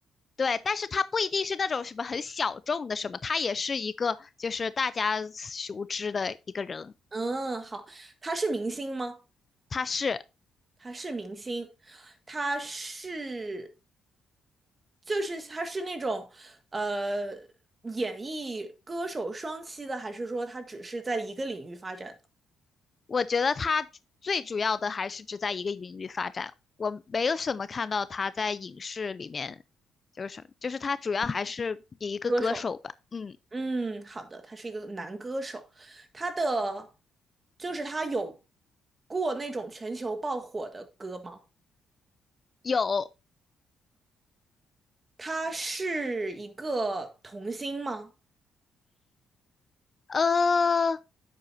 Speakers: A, on the left; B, on the right.
A: 对，但是他不一定是那种什么很小众的什么，他也是一个就是大家熟知的一个人。
B: 嗯，好，他是明星吗？
A: 他是，
B: 他是明星，他是就是他是那种呃演艺歌手双栖的，还是说他只是在一个领域发展的
A: 我觉得他最主要的还是只在一个领域发展，我没有什么看到他在影视里面就是什么，就是他主要还是以一个歌手吧。
B: 歌手？
A: 嗯，
B: 嗯，好的，他是一个男歌手，他的就是他有过那种全球爆火的歌吗？
A: 有，
B: 他是一个童星吗？
A: 呃，